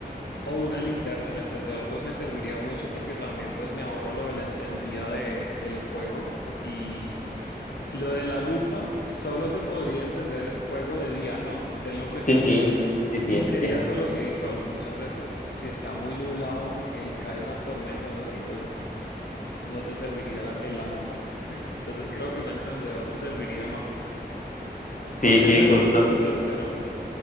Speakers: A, on the left; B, on the left.
A: o una linterna. El encendedor pues me serviría mucho porque también pues me ahorro lo de la encendida de, del fuego y lo de la lupa solo se podría encender fuego de día, ¿no? Tenlo presente.
B: Sí, sí, sí, sí,
A: Y
B: eh,
A: sería
B: tiene.
A: solo si hay sol. Muchas veces, si está muy nublado, que cae una tormenta o algo así, entonces no te serviría la, en la lupa. <laughs> Entonces creo que un encendedor me serviría más. ¿Cuál
B: Sí,
A: sería
B: sí, justo.
A: tu, tu tercero?